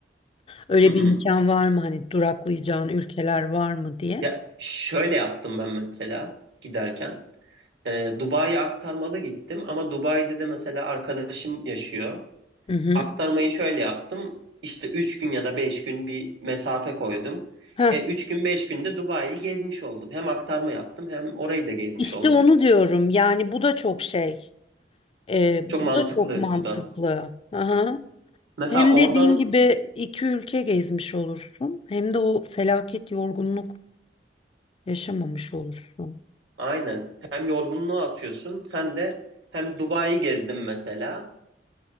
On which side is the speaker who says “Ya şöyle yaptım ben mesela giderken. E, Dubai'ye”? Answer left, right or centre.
Right